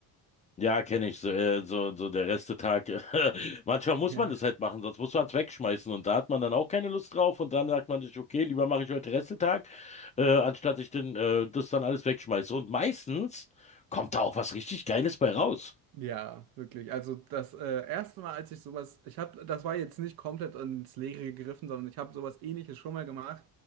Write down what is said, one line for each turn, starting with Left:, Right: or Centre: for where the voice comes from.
Left: Ja, kenne ich. So, äh, so, so der Restetag. <laughs> Manchmal muss
Right: <laughs> Ja.
Left: man das halt machen, sonst muss man es wegschmeißen. Und da hat man dann auch keine Lust drauf. Und dann sagt man sich, okay, lieber mache ich heute Restetag, äh, anstatt ich denn, äh, das dann alles wegschmeiße. Und meistens kommt da auch was richtig Geiles bei raus.
Right: Ja, wirklich. Also das äh, erste Mal, als ich sowas, ich habe, das war jetzt nicht komplett ins Leere gegriffen, sondern ich habe sowas Ähnliches schon mal gemacht,